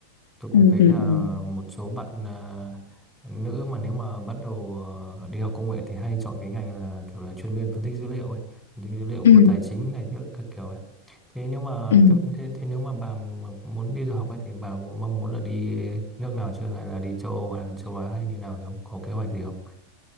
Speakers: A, in the centre; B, on the left.
A: tôi cũng
B: Ừ
A: thấy
B: ừ
A: là
B: ừ.
A: một số bạn à, nữ mà nếu mà bắt đầu à, đi học công nghệ thì hay chọn cái ngành là kiểu là chuyên viên phân tích dữ liệu ấy, phân tích dữ liệu
B: Ừ.
A: của tài chính này các, các kiểu ấy. Thế nếu mà
B: Ừ.
A: thế, thế, thế nếu mà bà mà muốn đi du học ấy thì bà có mong muốn là đi nước nào chưa hay là đi châu Âu hay là châu Á hay như nào không? Có kế hoạch gì không?